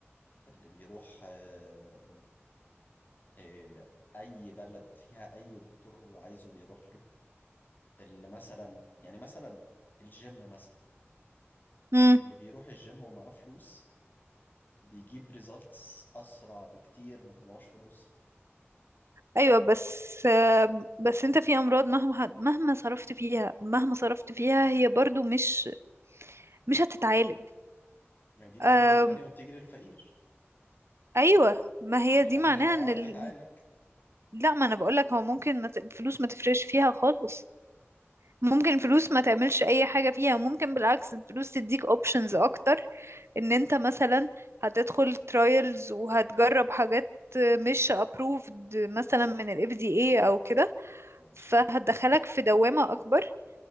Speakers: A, on the left (about 45°); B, on the right (about 65°).
A: اللي بيروح آه، آه، أي بلد فيها أي دكتور هو عايزه بيروح له اللي مثلا يعني مثلا الجيم مثلا
B: امم
A: اللي بيروح الجيم ومعاه فلوس بيجيب ريزالتس أسرع بكتير من اللي معهوش فلوس
B: ايوه بس آه، بس انت في امراض مهما مهما صرفت فيها مهما صرفت فيها هي برضو مش مش هتتعالج
A: ما هي دي بتيجي
B: أم،
A: للغني وبتيجي للفقير
B: ايوه ما هي
A: الغني
B: دي معناها
A: هيعرف
B: ان ال-
A: يتعالج
B: لا ما انا بقولك هو ممكن ما ت- الفلوس ما تفرقش فيها خالص ممكن الفلوس ما تعملش اي حاجة فيها ممكن بالعكس الفلوس تديك options اكتر ان انت مثلا هتدخل trials وهتجرب حاجات مش approved مثلا من ال FDA او كده
A: ماشي
B: فهتدخلك في دوامة اكبر